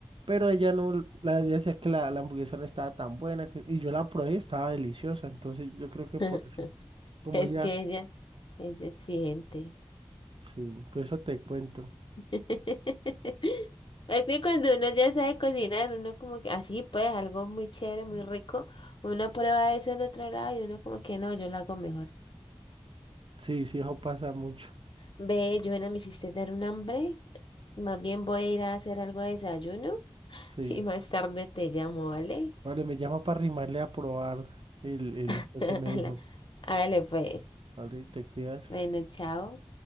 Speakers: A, on the right (about 70°); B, on the left (about 60°).
A: Pero ella no, la, ella decía que la, la hamburguesa no estaba tan buena que- y yo la probé estaba deliciosa. Entonces yo creo
B: <laughs>
A: que por eso, como
B: Es
A: ella,
B: que ella es exigente.
A: sí, por eso te cuento.
B: <laughs> Es que cuando uno ya sabe cocinar, uno como que así pues, algo muy chévere, muy
A: Mm,
B: rico, uno prueba eso en otro lado y uno como que no, yo lo hago mejor.
A: Sí, sí, eso pasa mucho.
B: Ve, Joana, me hiciste dar un hambre. Más bien voy a ir a hacer algo de desayuno <laughs>
A: Sí.
B: y más tarde te llamo, ¿vale?
A: Vale, me llama para arrimarle a probar el, el,
B: <laughs>
A: lo que me
B: Hágale,
A: dijo.
B: hágale, pues.
A: Vale, te cuidas.
B: Bueno, chao.